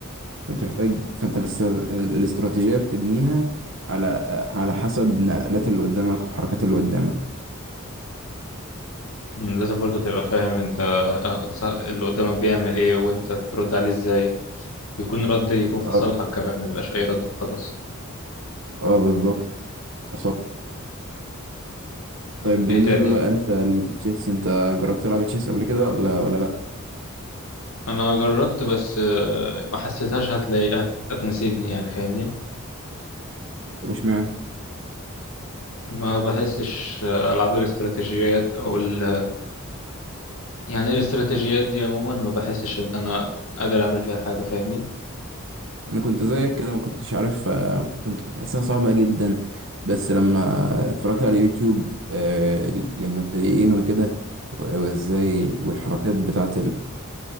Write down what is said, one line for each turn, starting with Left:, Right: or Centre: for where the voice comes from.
Right: فانت محتاج فانت الاستر... ال- الاستراتيجية بتبنيها على على حسب نقلات اللي قدامك وحركات اللي قدامك
Left: مم، لازم برضو تبقى فاهم انت اه، ص- اللي قدامك بيعمل ايه وانت ترد عليه ازاي يكون رد يكون في
Right: اه
Left: صالحك كمان ما يبقاش اي رد خلاص
Right: اه بالظبط اصبت طيب
Left: ايه
Right: بالنسبة
Left: تاني
Right: بقى
Left: بقى؟
Right: انت التشيس انت جربت تلعب تشيس قبل كده ولا ولا لا
Left: انا جربت بس اه، ما حسيتهاش هتلاقي هت- هتناسبني يعني فاهمني
Right: طب اشمعنى
Left: ما بحسش اه، العاب الاستراتيجيات او ال... يعني الاستراتيجيات دي عموما ما بحسش ان انا قادر اعمل فيها حاجة فاهمني
Right: انا كنت زيك كده ما كنتش عارف آه، كنت كنت حاسسها صعبة جدا بس لما اتفرجت على يوتيوب آه، للمبتدئين وكده و- وازاي والحركات بتاعة